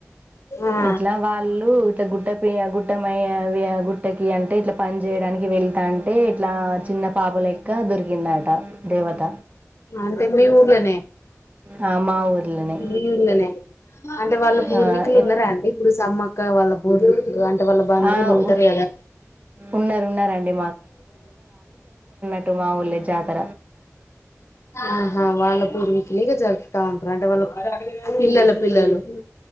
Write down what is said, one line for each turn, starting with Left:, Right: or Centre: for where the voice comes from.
Left: ఆ
Right: ఇట్లా వాళ్ళు ఇట్లా గుట్ట పె గుట్టమయి గుట్టకి అంటే ఇట్లా పని చేయడానికి వెళ్తాంటే ఇట్లా చిన్న పాప లెక్క దొరుక్ గిందట దేవత
Left: అంటే మీ ఊళ్ళనే
Right: ఆ! మా ఊర్లోనే.
Left: మీ ఊర్ళనే అంటే వాళ్ళు పూర్వీకులు
Right: ఆ! ఎత్
Left: ఉన్నారా అండి ఇప్పుడు సమ్మక్క వాళ్ళ పూర్వీకులు అంటే వాళ్ళ బంధువులు
Right: ఆ!
Left: ఉంటారు
Right: ఉ
Left: కదా
Right: ఉన్నారు ఉన్నారండి ఇటు మా ఊర్లే జాతర.
Left: ఆహా వాళ్ళపూర్వికులు ఇంకా జర్ ఉంటారు అంటే వాళ్ళు పిల్లలు పిల్లలు